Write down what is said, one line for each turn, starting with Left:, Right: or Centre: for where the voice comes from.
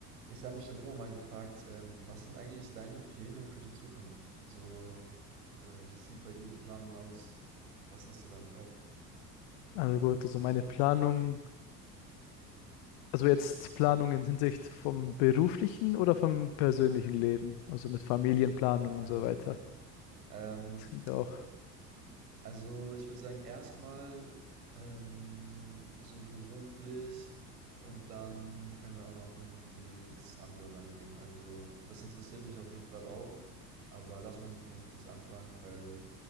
Right: Ich habe mich schon immer mal gefragt, ähm, was sind eigentlich deine Pläne für die Zukunft? So, äh, wie sieht bei dir die Planung aus? Was hast du da im Kopf?
Left: Also gut, also meine Planung, also jetzt Planung in Hinsicht vom beruflichen oder vom persönlichen Leben, also mit Familienplanung
Right: Ja.
Left: und so weiter.
Right: Ähm,
Left: Das klingt ja auch.
Right: also ich würde sagen, erstmal ähm, so beruflich und dann können wir auch noch in die, das andere reingehen. Also das interessiert mich auf jeden Fall auch, aber lass mal mit beruflich anfangen, weil